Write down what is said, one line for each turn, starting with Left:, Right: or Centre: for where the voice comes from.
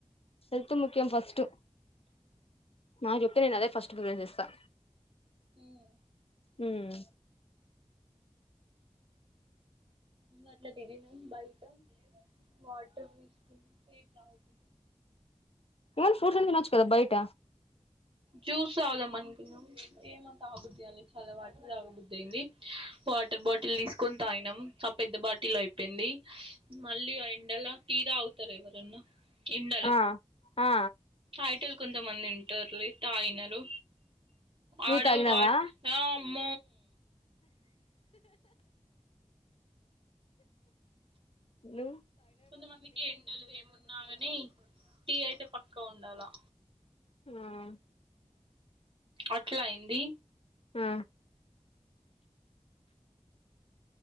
Left: హెల్త్ ముఖ్యం ఫస్ట్ నా నేను అదే ఫస్ట్ ప్రిఫరెన్స్ ఇస్తా
Right: ఉమ్
Left: ఉమ్
Right: ఇ అట్లా తదను బయట వాటర్ తీసుకున్నా ఏేం రావదు
Left: ఏ ఫూ వచ్చు కదా బయట
Right: జూసవుద మనకు ఏ మ త బుద్ధ చాలా వాటి లాగబద్ద్దయింది వాటర్ బాటిల్ తీసుకొని తాగనం ఆ పెద్ద బాటిల్ అయిపోయింది మళ్ళీ ఆ ఎండల తీరా అవుతారు ఎవరన్నా ఎండల
Left: ఆ ఆ
Right: టైటల్ కొంతమంది ఉంటారు లే తాయినారు
Left: నువ్వు
Right: ఆడ
Left: తాగినావా
Right: వా మ
Left: ను
Right: కొంతమందికి ఎండలు ఏమున్నా కాని టీ అయితే పక్కా ఉండాలా
Left: ఆ
Right: అట్లా అయింది
Left: ఆ